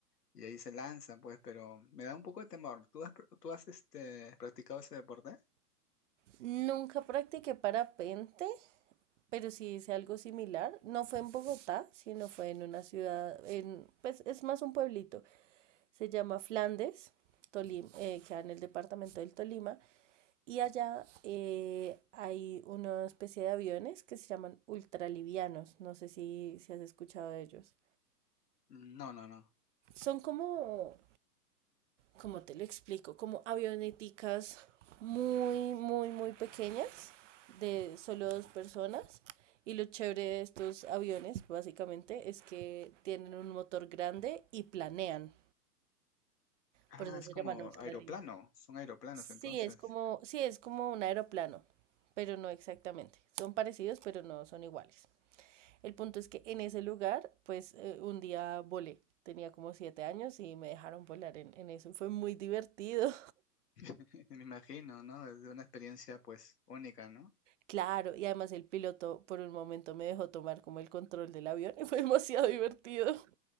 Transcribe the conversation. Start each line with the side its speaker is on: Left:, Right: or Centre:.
Left: y ahí se lanzan, pues, pero me da un poco de temor. ¿Tú has, pr- tú has este, practicado ese deporte?
Right: Nunca practiqué parapente, pero sí hice algo similar. No fue en Bogotá, sino fue en una ciudad, en, pues es más un pueblito. Se llama Flandes, Tolima, queda en el departamento del Tolima. Y allá eh, hay una especie de aviones que se llaman ultralivianos. No sé si, si has escuchado de ellos.
Left: No, no, no.
Right: Son como ¿cómo te lo explico? Como avioneticas muy, muy, muy pequeñas de solo dos personas. Y lo chévere de estos aviones, básicamente, es que tienen un motor grande y planean.
Left: Ah,
Right: Por eso
Left: es
Right: se
Left: como
Right: llaman ultralivianos.
Left: aeroplano, son aeroplanos
Right: Sí,
Left: entonces.
Right: es como, sí, es como un aeroplano, pero no exactamente. Son parecidos, pero no son iguales. El punto es que en ese lugar, pues eh, un día volé. Tenía como siete años y me dejaron volar en, en eso. y Fue muy divertido.
Left: <laughs> Me imagino, ¿no? Es una experiencia pues única, ¿no?
Right: Claro, y además el piloto por un momento me dejó tomar como el control del avión y fue <laughs> demasiado divertido.